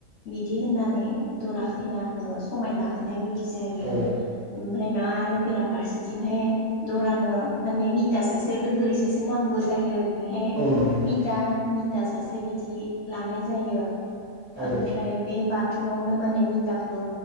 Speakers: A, on the left; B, on the right.
A: बिदि होननानै दरा खैनाखौ समायला होना बि बि जायो
B: औ
A: ओमफ्राय ना आरो बेराफारसेथिंहाय दरानो माने मिता सासे लोगोरि सासे नांगौ जायो बिनिहाय
B: औ नंगौ
A: मिता मिता सासे बिदि लानाय जायो।
B: औ
A: ओमफ्राय बे बाथौ आवनो माने मिथाखौ